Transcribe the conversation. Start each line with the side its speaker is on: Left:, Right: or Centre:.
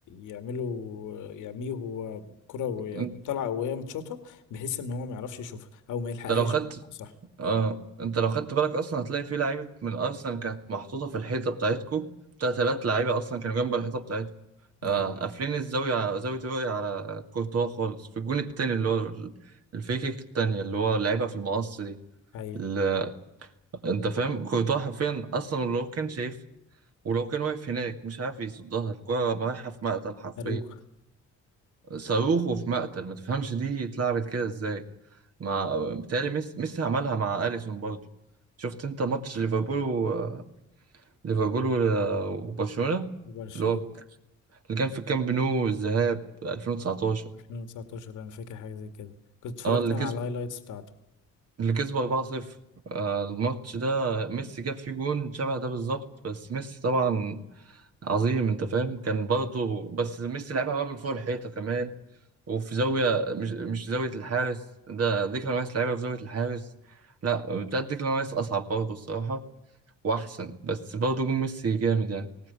Left: يعملوا يعميه هو كرة وهي
Right: انت
Left: طالعة وهي متشاطة بحيث ان هو ما يعرفش يشوفها او ما يلحقهاش
Right: لو خدت
Left: بمعنى صح
Right: اه انت لو خدت بالك اصلا هتلاقي في لعيبه من ارسنال كانت محطوطه في الحيطه بتاعتكو بتاع ثلاث لعيبه اصلا كانوا جنب الحيطه بتاعتكو
Left: دي
Right: آه
Left: حقيقة
Right: قافلين الزاويه على- زاويه الرؤيه على كورتوا خالص في الجون التاني اللي هو ال- الفريكيك التانيه اللي هو لعبها في المقص دي
Left: ايوه
Right: ال- انت فاهم كورتوا حرفيا اصلا لو كان شايف ولو كان واقف هناك مش عارف يصدها الكره رايحه في مقتل حرفيا
Left: صاروخ
Right: صاروخ وفي مقتل ما تفهمش دي اتلعبت كده ازاي مع بتهيألي ميسي ميسي عملها مع أليسون برضه شفت انت ماتش ليفربول و... ليفربول و... وبرشلونة
Left: برشلونة
Right: اللي هو اللي كان في الكامب نو الذهاب 2019
Left: 2019 انا فاكر حاجه زي كده كنت اتفرجت
Right: اه اللي
Left: انا
Right: كسب
Left: اه على الهايلايتس بتاعته
Right: اللي كسبوا 4-0 آه الماتش ده ميسي جاب فيه جون شبه ده بالظبط بس ميسي طبعا عظيم انت فاهم كان برضه بس ميسي لعبها بقى من فوق الحيطة كمان وفي زاوية مش مش زاوية الحارس ده ديكلان رايس لعبها في زاوية الحارس لا بتاعت ديكلان رايس أصعب برضه الصراحة واحسن بس برضه جون ميسي جامد يعني